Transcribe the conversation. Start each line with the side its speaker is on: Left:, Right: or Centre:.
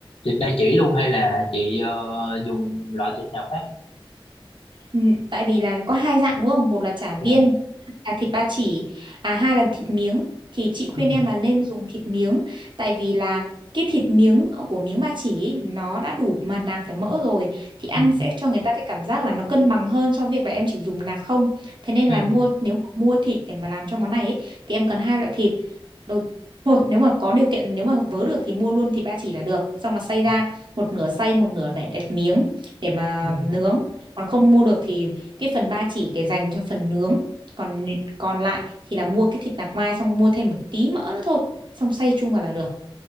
Left: thịt ba chỉ luôn hay là chị ờ, dùng loại thịt nào khác
Right: Ừ, tại vì là có hai dạng đúng không? Một là chả viên,
Left: dạ
Right: là thịt ba chỉ, à hai là thịt miếng. Thì chị khuyên
Left: ừ
Right: em là nên dùng thịt miếng, tại vì là cái thịt miếng của miếng ba chỉ ý, nó đã đủ mà nạc phải mỡ rồi thì ăn
Left: ừ
Right: sẽ cho người ta cái cảm giác là nó cân bằng hơn so với việc là em chỉ dùng nạc không. Thế nên
Left: ừ
Right: là mua nếu mà mua thịt để mà làm cho món này ý, thì em cần hai loại thịt. Đầu Thôi, nếu mà có điều kiện nếu mà vớ được thì mua luôn thịt ba chỉ là được xong là xay
Left: dạ
Right: ra một nửa xay một nửa để đặt miếng để mà
Left: ừ
Right: nướng còn không mua được thì cái phần ba chỉ để dành cho phần nướng còn còn lại thì là mua cái thịt nạc mai xong mua thêm một tí mỡ nữa thôi xong xay chung vào là được